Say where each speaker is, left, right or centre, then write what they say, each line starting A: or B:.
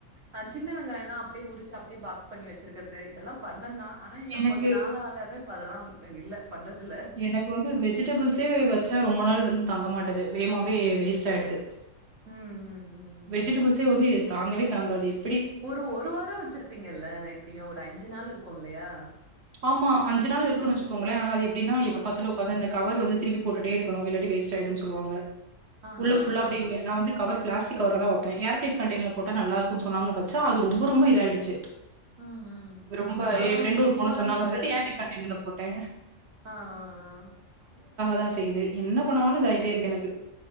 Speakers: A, on the right; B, on the right.
A: ஆ சின்ன வெங்காயல்லா அப்டே உரிச்சு அப்டே பாக்ஸ் பண்ணி வச்சிர்க்கிறது இதெல்லா பண்ணேந்தா ஆனா
B: எனக்கு
A: கொஞ்ச நாள் ஆக ஆக இப்ப அதெல்லா ம் இல்ல பண்றதில்ல.
B: எனக்கு வந்து வெஜிடபிள்ஸே வச்சா ரொம்ப நாள் வந்து தங்க மாட் டுது வேமாவே வேஸ்ட் ஆய்டுது
A: ம் ம் ம்.
B: வெஜிடபிள்ஸே வந்து தாங்கவே தாங்காது இப்
A: ஒரு ஒரு வாரோ வச்சிருப்பீங்கல்ல எப்டியு ஒரு அஞ்சு நாள் இருக்கூ இல்லையா
B: ஆமா அஞ்சு நாள் இருக்கூனு வச்சுக்கோங்களே ஆனா அது எப்டினா இப்ப
A: ஆ.
B: பத்துல ஒக்காந்து அந்த கவர் வந்து திருப்பி போட்டுட்டே இருக்கணு இல்லாட்டி வேஸ்ட் ஆயிடுன் சொல்லுவாங்க
A: ஆஹா.
B: உள்ள ஃபுல்லா
A: ஆ.
B: அப்டின்னு நா கவர் பிளாஸ்டிக் கவர்ல தா வெப்பே ஏர் டைட் கண்டைனர்ல போட்டா நல்லார்க்கூன் சொன்னாங்க வச்சா அது ரொம்ப ரொம்ப இதாயிடுச்சு
A: ம் ம்.
B: ரொம்ப
A: நான்
B: ஏ ஃப்ரெண்டு ஒரு
A: சும்மா
B: பொண்ணு சொன்னாங்கன்
A: இந்த
B: சொல்லிட்டு ஏர்டையிட் கண்டைன்ல போட்டே
A: ஆ ஆ ஆ
B: நா செய்து என்ன பண்ணாலு இதாயிட்டேருக்கு எனக்கு